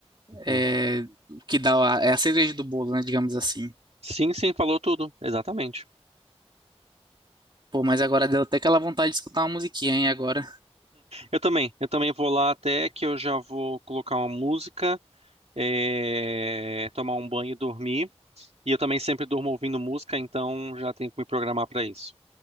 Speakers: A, on the right (about 70°); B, on the right (about 45°).
A: Uhum.
B: é o que dá, a- é a cereja do bolo, né, digamos assim.
A: Sim, sim, falou tudo, exatamente.
B: Pô, mas agora deu até aquela vontade de escutar uma musiquinha, hein, agora.
A: Eu também, eu também vou lá até que eu já vou colocar uma música, é, tomar um banho e dormir. E eu também sempre durmo ouvindo música, então já tenho que me programar para isso.